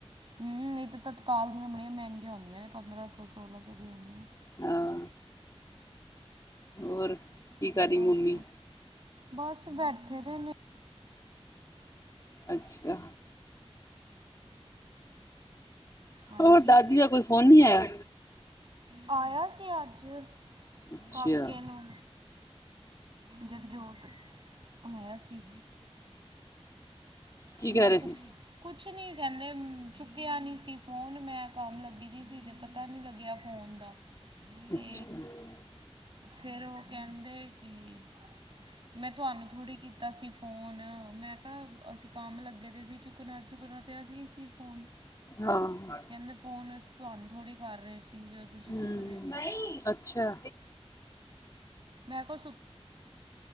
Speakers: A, on the right (about 50°); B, on the left (about 30°).
A: ਹਮ ਇਹ ਤੇ ਤਤਕਾਲ ਦੀਆਂ ਬੜੀਆਂ ਮਹਿੰਗੀਆਂ ਹੁੰਦੀਆਂ ਨੇ, ਪੰਦਰਾਂ ਸੌ, ਸੋਲਾਂ ਸੌ ਦੀ ਹੁੰਦੀਆਂ ਨੇ।
B: ਹਾਂ ਹੋਰ ਕੀ ਕਰ ਰੀ
A: ਬਸ
B: ਮੰਮੀ
A: ਬਸ ਬੈਠੇ ਦੇ ਨੇ
B: ਅੱਛਾ
A: ਹਾਂਜੀ
B: ਹੋਰ ਦਾਦੀ ਦਾ ਕੋਈ ਫੋਨ ਨਹੀਂ ਆਇਆ
A: ਆਇਆ ਸੀ ਅੱਜ
B: ਅੱਛਾ
A: ਕਾਕੇ ਨੂੰ ਜਗ ਜੋੋਤ ਹੁਣ ਆਇਆ ਸੀ
B: ਕੀ
A: ਤੇ ਮੈਂ
B: ਕਹਿ ਰਹੇ
A: ਚੂ
B: ਸੀ
A: ਕੁਛ ਕੁਛ ਨੀ ਕਹਿੰਦੇ, ਚੁੱਕਿਆ ਨੀ ਸੀ ਫੋਨ ਮੈਂ ਕੰਮ ਲੱਗੀ ਸੀ ਤੇ ਪਤਾ ਨੀ ਲੱਗਿਆ ਫੋਨ ਦਾ, ਤੇ
B: ਅੱਛਾ
A: ਫੇਰ ਉਹ ਕਹਿੰਦੇ ਕਿ ਮੈਂ ਤੁਹਾਨੂੰ ਥੋੜ੍ਹੇ ਕੀਤਾ ਸੀ ਫੋਨ, ਮੈਂ ਕਿਹਾ ਅ ਲੱਗੇ ਦੇ ਸੀ ਚੂਕਨਾ ਚੁਕਨਾ ਲਗੀ ਸੀ ਫੋਨ,
B: ਹਾਂ
A: ਕਹਿੰਦੇ ਫੋਨ ਤੁਹਾਨੂੰ ਥੋੜੀ ਕਰ ਰਹੇ ਸੀ, ਜੋਂ ਤੁਸੀਂ ਚੁੱਕਦੇ
B: ਹਮ
A: ਨਹੀਂ
B: ਅੱਛਾ
A: ਮੈਂ ਕੋਲੱ